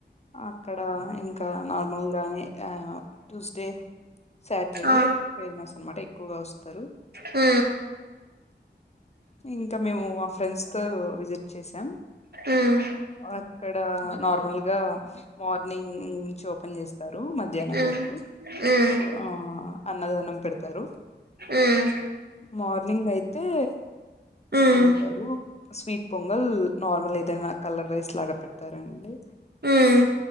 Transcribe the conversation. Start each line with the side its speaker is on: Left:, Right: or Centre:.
Left: అక్కడ ఇంకా నార్మల్ గానే ఆ ట్యూస్డే సాటర్డే
Right: ఆ
Left: ఫేమస్ అనమాట ఎక్కువగా వస్తారు
Right: ఊ
Left: ఇంకా మేము మా ఫ్రెండ్స్ తో విసిట్ చేసాం
Right: ఉమ్
Left: అక్కడ నార్మల్ గా మార్నింగ్ నుంచి ఓపెన్ చేస్ తారు మధ్యాహ్నం
Right: ఉమ్
Left: వరకు
Right: ఉమ్
Left: ఫు అన్నదానం పెడతారు
Right: ఉమ్
Left: మార్నింగ్ అయితే
Right: ఉమ్
Left: ఏమంటారు స్వీట్ పొంగల్ నార్మల్ ఏదైనా కలర్ రైస్ లాగా పెడతారండి
Right: ఉమ్